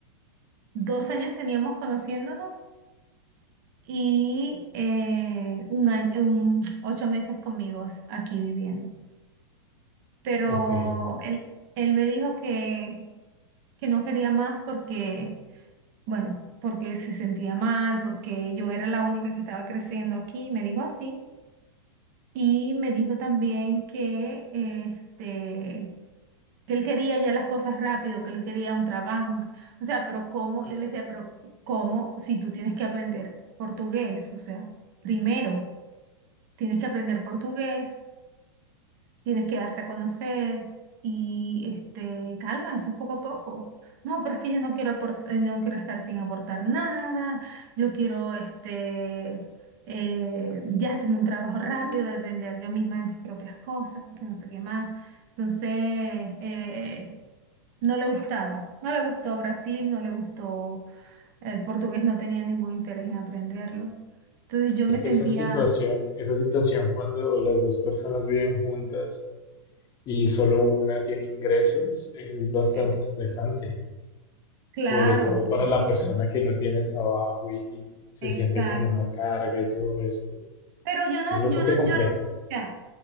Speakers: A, on the right; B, on the left.
A: dos años teníamos conociéndonos y eh, un año, un- ocho meses conmigo as- aquí viviendo. Pero
B: Ok.
A: él, él me dijo que que no quería más porque, bueno, porque se sentía mal, porque yo era la única que estaba creciendo aquí, me dijo así. Y me dijo también que, este, que él quería ya las cosas rápido, que él quería un trabajo. O sea, pero ¿cómo? Yo le decía, pero ¿cómo si tú tienes que aprender portugués? O sea, primero tienes que aprender portugués tienes que darte a conocer y este, calma, eso es poco a poco. No, pero es que yo no quiero aportar, no quiero estar sin aportar nada, yo quiero este, eh, ya tener un trabajo rápido, depender yo misma de mis propias cosas, que no sé qué más. Entonces, eh, no le gustaba, no le gustó Brasil, no le gustó el portugués, no tenía ningún interés en aprenderlo. Entonces yo
B: Es
A: me
B: que
A: sentía,
B: esa situación, esa situación cuando las dos personas viven juntas y solo una tiene ingresos, es bastante
A: es,
B: estresante.
A: claro,
B: sobre todo
A: por
B: para
A: supuesto.
B: la persona que no tiene trabajo y, y se
A: Exacto.
B: siente como una carga y todo esto.
A: Pero yo no,
B: Es bastante
A: yo no,
B: complejo,
A: yo no, o sea,